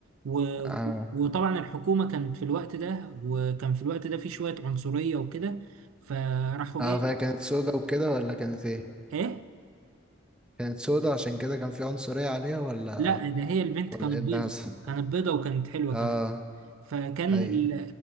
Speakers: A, on the right; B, in the centre.
A: و-
B: اه
A: وطبعا الحكومة كانت في الوقت ده وكان في الوقت ده في شوية عنصرية وكده فراحوا
B: اه
A: ايه
B: فهي كانت سودا وكده ولا كانت ايه
A: ايه
B: كانت سودة عشان كده كان في عنصرية عليها ولا
A: لا ده هي البنت
B: ولا
A: كانت
B: ايه
A: بيضة
B: اللي حصل
A: كانت بيضة وكانت حلوة
B: اه
A: كمان فكان
B: اي
A: ال-